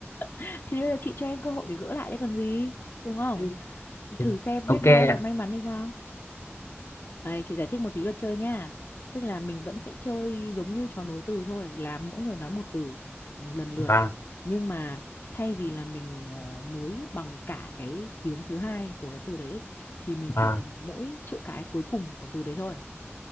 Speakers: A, on the left; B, on the left.
A: <laughs> thì bây giờ chị cho em cơ hội để gỡ lại đấy còn gì. Đúng không?
B: <laughs>
A: Thử xem
B: ok
A: biết đâu
B: ạ
A: em lại may mắn hay sao. Đây, chị giải thích một tí luật chơi nha. Tức là mình vẫn sẽ chơi giống như trò nối từ thôi, là mỗi người nói một từ ừ, lần lượt.
B: vâng
A: Nhưng mà thay vì là mình ờ, nối bằng cả cái tiếng thứ hai của cái từ đấy thì mình
B: vâng
A: chỉ dùng mỗi chữ cái cuối cùng của từ đấy thôi.